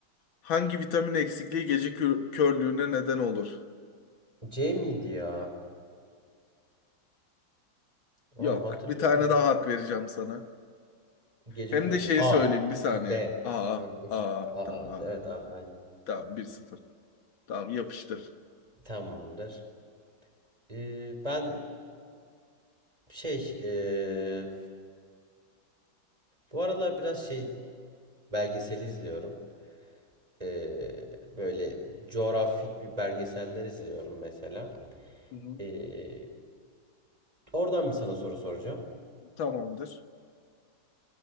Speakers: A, on the left (about 80°); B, on the right (about 20°).
A: Hangi vitamin eksikliği gece kö- körlüğüne neden olur?
B: C miydi ya? Lan
A: Yok.
B: hatırlıyordum.
A: Bir tane daha hak vereceğim sana.
B: Gece
A: Hem
B: köylü.
A: de şeyi
B: A.
A: söyleyeyim bir saniye.
B: Şey, D.
A: Aa,
B: Ha.
A: aa,
B: A, A.
A: tamam.
B: Evet
A: aa.
B: A. Aynen.
A: Tamam bir sıfır, Tamam yapıştır.
B: Tamamdır. Ee, ben şey ee, bu aralar biraz şey Belgesel izliyorum. Ee, böyle coğrafik bir belgeseller izliyorum mesela.
A: Hı hı.
B: Ee, oradan bir sana soru soracağım.
A: Tamamdır.